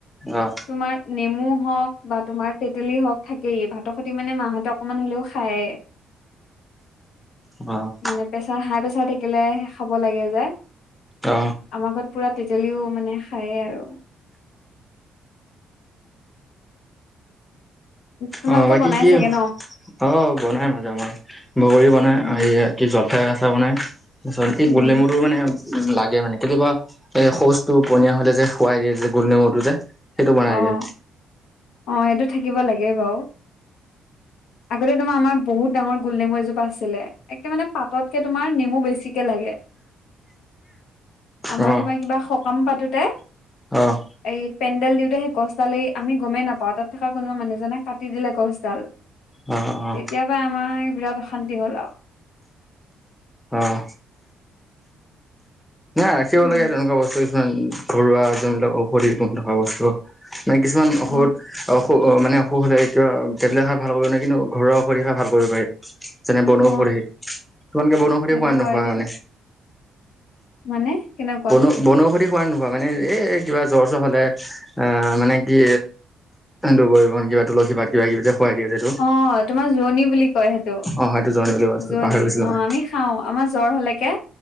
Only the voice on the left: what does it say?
তোমাৰ নেমু হওক বা তোমাৰ তেতেলী হওক থাকেই। ভাতৰ খতি মানে মা হতক অকমান হ'লেও খায়ে।
মানে প্ৰেচাৰ হাই প্ৰেচাৰ থাকিলে হে খাব লাগে যে।
আমাৰ ঘৰত পুৰা তেঁতেলিও মানে খায়ে আৰু। তোমালোকৰ
বনাই
চাগে ন
উম
উম
অ',
অ', সেইটো থাকিব লাগে বাও। আগতে তোমাৰ আমাৰ বহুত ডাঙৰ গোল নেমু এজোপা আছিলে। একে মানে পাততকে তোমাৰ নেমু বেছিকে লাগে। আমাৰ
তোমাৰ কিবা সকাম পাতোতে।
এই পেণ্ডেল দিওঁতে সেই গছডাল এই আমি গমেই নাপাওঁ। তাত থকা কোনোবা মানুহজনে কাটি দিলে গছডাল।
তেতিয়াৰ পৰা আমাৰ বিৰাট অশান্তি হ'ল আৱ।
উম।
অ
অ
সেইটো
হয়
দিয়া
মানে কেনেকুৱা?
অ, তোমাৰ জোৰণী বুলি কয় সেইটো।
জোৰণী।
অ',
আমি খাও আমাৰ জ্বৰ হলেকে